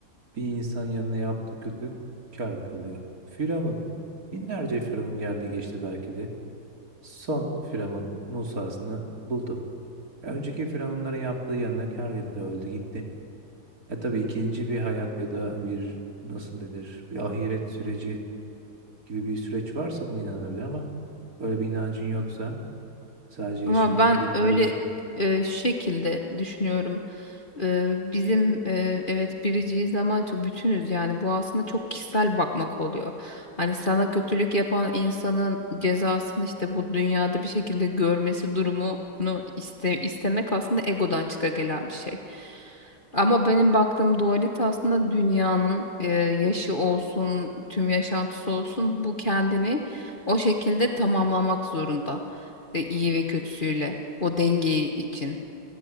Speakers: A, on the right; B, on the left.
A: bir insan yanına yaptığı kötülük kâr kalıyor. Firavun. Binlerce Firavun geldi geçti belki de. Son Firavun Musa'sını buldu. Ya Önceki firavunların yaptığı yanına kâr geldi, öldü gitti. E tabii ikinci bir hayat ya da bir nasıl denir bir ahiret süreci gibi bir süreç varsa buna inanabilir ama böyle bir inancın yoksa sadece
B: Ama
A: yaşıyorsun
B: ben
A: gelip
B: öyle
A: gidiyorsun.
B: e, şu şekilde düşünüyorum. E, bizim e, evet biriciyiz ama çok bütünüz yani bu aslında çok kişisel bakmak oluyor. Hani sana kötülük yapan insanın cezasını işte bu dünyada bir şekilde görmesi durumunu iste, istemek aslında egodan çıka gelen bir şey. Ama benim baktığım dualite aslında dünyanın e, yaşı olsun, tüm yaşantısı olsun bu kendini o şekilde tamamlamak zorunda e, iyi ve kötüsüyle o dengeyi için.